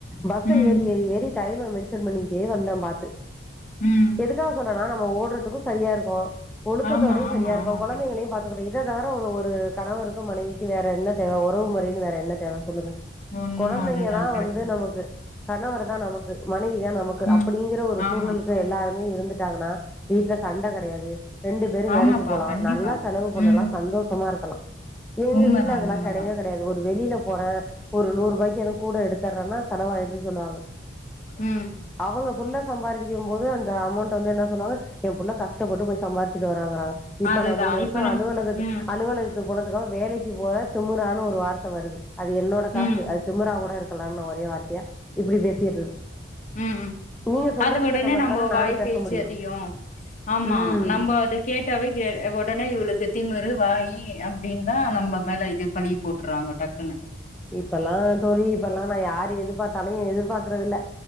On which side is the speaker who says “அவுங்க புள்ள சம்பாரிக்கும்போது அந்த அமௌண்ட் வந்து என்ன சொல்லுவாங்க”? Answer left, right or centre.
Centre